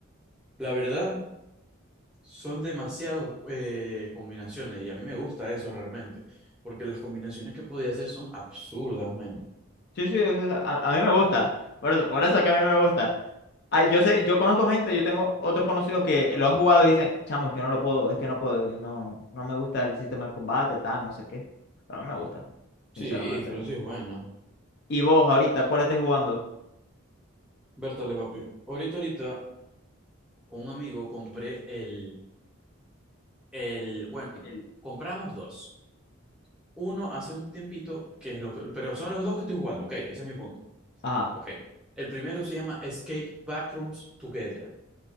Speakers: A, in the centre; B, on the left.
A: La verdad, Son demasiadas combinaciones y a mí me gusta eso realmente, porque las combinaciones que podía hacer son absurdas, man.
B: Sí, sí, a, a mí me gusta. Por eso, por eso es que a mí me gusta. Ay, yo sé, yo conozco gente, yo tengo otros conocidos que lo han jugado y dicen, chamo, es que no lo puedo, es que no puedo, no, no me gusta el sistema de combate, tal, no sé qué. Pero a mí me gusta,
A: Sí,
B: sinceramente.
A: pero sí es bueno.
B: Y vos, ahorita, ¿cuál estáis jugando?
A: Bertale, papi. Ahorita, ahorita, con un amigo compré el, el, bueno,
B: El-
A: compramos dos. Uno hace un tiempito, que es lo que, pero son los dos que estoy jugando, ok, ese es mi punto,
B: Ajá.
A: ok. El primero se llama Escape Backrooms Together